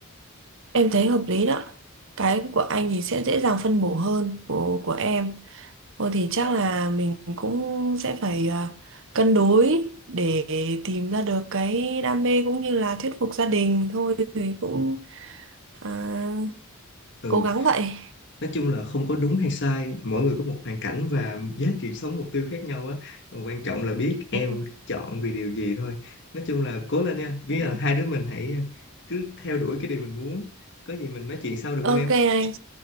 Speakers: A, on the right; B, on the left.
A: Em thấy hợp lý đó. Cái của anh thì sẽ dễ dàng phân bổ hơn của của em. Thôi thì chắc là mình cũng sẽ phải à, cân đối để tìm ra được cái đam mê cũng như là thuyết phục gia đình thôi thì cũng à,
B: Ừ,
A: cố gắng vậy.
B: nói chung là không có đúng hay sai, mỗi người có một hoàn cảnh và giá trị sống mục tiêu khác nhau á. Mà Quan trọng là biết em
A: Đúng rồi,
B: chọn vì điều gì thôi. Nói chung là cố lên nha, biết
A: đúng rồi.
B: là hai đứa mình hãy à, cứ theo đuổi cái điều mình muốn. Có gì mình nói chuyện sau được
A: Ok
B: không em?
A: anh,